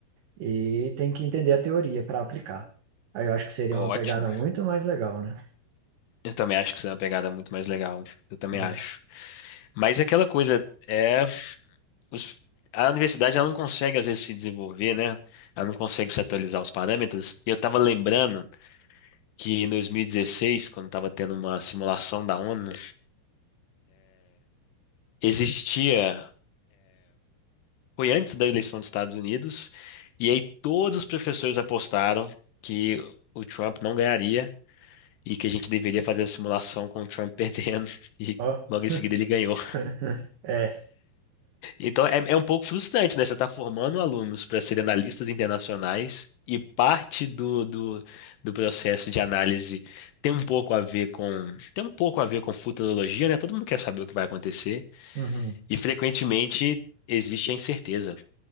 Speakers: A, on the right; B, on the left.
A: E tem que entender a teoria para aplicar. Aí eu acho que seria
B: ótimo.
A: uma pegada muito mais legal, né?
B: Eu também acho que isso é uma pegada muito mais legal. Eu também
A: É.
B: acho. Mas é aquela coisa, é os- a universidade ela não consegue às vezes se desenvolver, né? Ela não consegue se atualizar os parâmetros. E eu tava lembrando que em 2016, quando tava tendo uma simulação da ONU, existia Foi antes da eleição dos Estados Unidos, e aí todos os professores apostaram que o Trump não ganharia e que a gente deveria fazer a simulação com o Trump <laughs> perdendo, e
A: Ó.
B: logo em seguida ele ganhou.
A: <laughs> É.
B: Então é, é um pouco frustrante, né? Você está formando alunos para serem analistas internacionais e parte do, do, do processo de análise tem um pouco a ver com tem um pouco a ver com futurologia, né? Todo mundo quer saber o que vai acontecer
A: Uhum.
B: e frequentemente existe a incerteza.